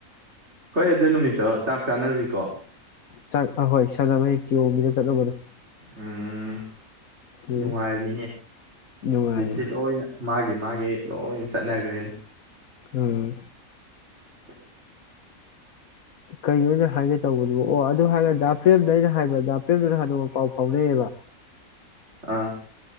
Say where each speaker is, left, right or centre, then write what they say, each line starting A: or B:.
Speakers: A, on the right; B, on the left.
A: ꯍꯣꯏ ꯑꯗꯨ ꯅꯨꯃꯤꯠꯇꯣ ꯆꯥꯛ ꯆꯥꯅꯔꯨꯔꯤꯀꯣ
B: ꯆ ꯍꯣꯏ ꯁꯗꯥꯚꯍꯤ ꯀ ꯑꯣꯕꯤꯗ ꯆꯗꯣꯕꯣ
A: ꯎꯝ
B: ꯎꯝ
A: ꯅꯨꯡꯉꯥꯏꯕꯅꯤꯅꯦ ꯍꯧꯖꯤꯛꯇꯤ
B: ꯅꯨꯡꯉꯥꯏꯕꯅꯦ
A: ꯂꯣꯏꯅ ꯃꯥꯒꯤ ꯗꯤ ꯃꯥꯒꯤ ꯂꯣꯏ ꯆꯠꯅꯈ꯭ꯔꯦꯅꯦ
B: ꯎꯝ
A: <unintelligible>
B: ꯀꯩꯅꯣ ꯑꯣꯏꯅ ꯍꯥꯏꯒꯦ ꯇꯧꯕꯗꯨꯕꯨ ꯑꯣ ꯑꯗꯨ ꯍꯥꯏꯔꯒꯗꯤ ꯐ꯭ꯔꯦꯝꯗ ꯑꯩꯅ ꯍꯥꯏꯕꯗ ꯐ꯭ꯔꯦꯝꯗꯨꯅ ꯍꯗꯣꯛ ꯄꯥꯎ ꯐꯥꯎꯅꯩꯌꯦꯕ
A: ꯑꯥ